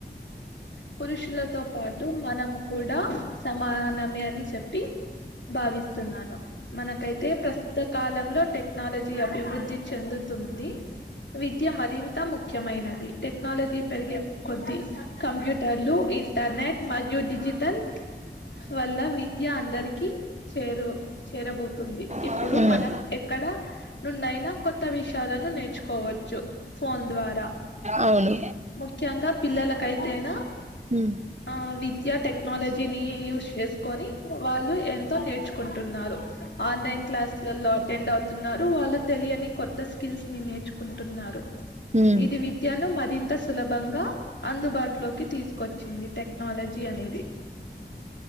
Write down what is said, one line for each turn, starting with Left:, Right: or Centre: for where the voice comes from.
Left: పురుషులతో పాటు మనం కూడా సమానమే అని చెప్పి భావిస్తున్నాను మనకైతే ప్రస్తుత కాలంలో టెక్నాలజీ అభివృద్ధి చెందు తుంది విద్య మరింత ముఖ్యమైనది టెక్నాలజీ పెరిగే కొద్ది కంప్యూటర్లు ఇంటర్నెట్ మరియు డిజిటల్ వల్ల విద్య అందరికి చేరు చేరబోతుంది ఇప్పుడు
Right: ఉమ్
Left: మనం ఎక్కడ నున్నైనా కొత్త విషయాలను నేర్చుకోవచ్చు ఫోన్ ద్వారా
Right: అవును
Left: ముఖ్యంగా పిల్లలకై తేనా
Right: హ్మ్
Left: ఆ విద్ ద్య టెక్నోలజీని యూజ్ చేసుకొని వాళ్ళు ఎంతో నేర్చు కుంటున్నారు ఆన్లైన్ క్లాస్లలో అటెండ్ అవుతున్నారు వాళ్ళు తెలియని కొత్త స్కిల్స్ ని నేర్చుకుంటున్నారు
Right: హ్మ్
Left: ఇది విద్యను మరింత సులభంగా అందుబాటులోకి తీసుకొచ్చింది టెక్నాలజీ అనేది